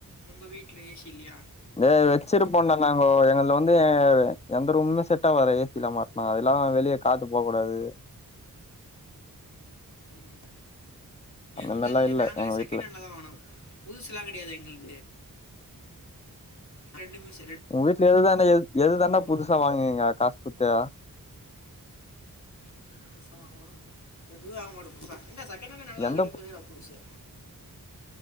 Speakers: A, on the left; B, on the left.
A: உங்க வீட்ல ஏ சி இல்லயா
B: இது வெச்சிருப்போ டா நாங்கோ எங்கள்து வந்து எந்த ரூமுமே செட்டாவாதே ஏ சி இல்லாம ஆ அதெல்லா வெளியே காத்து போக கூடாது
A: ம்
B: அந்த
A: எங்கள்தே
B: மாரிலா இல்ல
A: நாங்களே
B: எங்க வீட்ல
A: செகேணட்லதா வாங்கனோ புதுசலா கெடையாது எங்குள்து ரெண்டு மிஷின்
B: உங்க வீட்ல எதுதான்டா எது எதுதான்டா
A: ஓடுது
B: புதுசா வாங்குவீங்க காசு குத்தே
A: எதுக்கு புதுசா வாங்கணோ எதுவுமே வாங்க மாட்டோ புதுசா ஏண்டா செகேணட்ல நல்லா
B: எந்த
A: கெடைக்கு போது ஏன்டா புதுசு